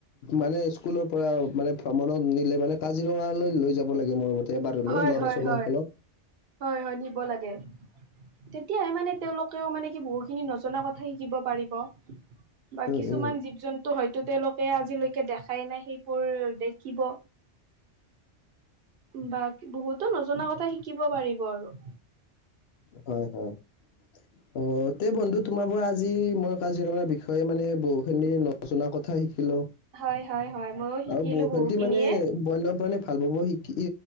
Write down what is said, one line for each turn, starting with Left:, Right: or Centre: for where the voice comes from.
Left: মানে স্কুলৰ পৰা মানে ভ্ৰমণত নিলে মানে কাজিৰঙালৈ লৈ যাব লাগে মোৰ মত তে বাৰলো
Right: হয়
Left: ল'ৰা
Right: হয়
Left: ছোৱালীসকলক
Right: হয় হয় হয় নিব লাগে তেতিয়াহে মানে তেওঁলোক ও মানে কি বহু খিনি নজনা কথা শিকিব পাৰিব বা
Left: উম
Right: কিছুমান
Left: উম
Right: জীৱ জন্তু হয় টো তেওঁলোকে আজিলৈকে দেখাই নাই সেইবোৰ দেখিব। বাক বহুতো নজনা কথা শিকিব পাৰিব আৰু
Left: হয় হয় অ তে বন্ধু তোমাৰ পৰা আজি মই কাজিৰঙাৰ বিষয়ে মানে বহুখিনি ন জনা কথা শিকিলো
Right: হয় হয় হয় ময়ো শিকিলো
Left: আও বৌষণ্ডি
Right: বহুখিনিয়ে
Left: মানে বন্যপ্ৰাণী ভাল পাব শিকি